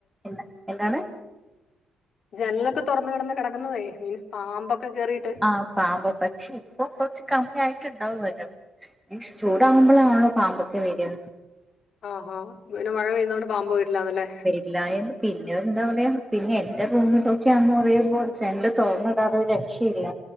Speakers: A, in the centre; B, on the left (about 60°).
A: എന്താ, എന്താണ്?
B: ജനലൊക്കെ തൊറന്ന് കെടന്ന്, കെടക്കുന്നത് മീൻസ് പാമ്പൊക്കെ കേറിയിട്ട്.
A: ആ പാമ്പൊക്കെ പക്ഷെ ഇപ്പൊ കൊറച്ച് കമ്മി ആയിട്ട്ണ്ടാവല്ലോ ഈ ചൂടാകുമ്പളാണല്ലോ പാമ്പൊക്കെ വര്യ
B: ആഹ് ഹാ പിന്നെ മഴ പെയ്യുന്നോണ്ട് പാമ്പ് വരില്ലാന്ന് ലെ
A: ല്ല എന്ന് പിന്നെ എന്താ പറയാ പിന്നെ എന്റെ റൂമിലൊക്യ അന്ന് പറയുമ്പോൾ ജനല് തോറന്നിടാതെ ഒരു രക്ഷയില്ല